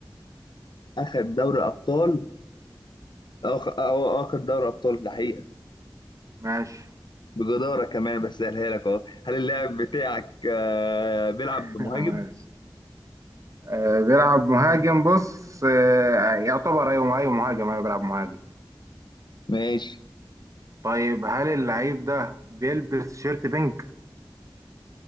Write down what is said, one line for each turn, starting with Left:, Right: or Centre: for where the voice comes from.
Left: اخد دوري ابطال أو أو أخد دوري أبطال ده حقيقة
Right: ماشي
Left: بجدارة كمان بس سهلها لك أهو هل اللاعب بتاعك آه، بيلعب
Right: <laughs>
Left: بمهاجم؟
Right: ماشي آه بيلعب مهاجم بص آه يعتبر ايوه ايوه مهاجم ايوه بيلعب مهاجم
Left: ماشي
Right: طيب هل اللعيب ده بيلبس شيرت بينك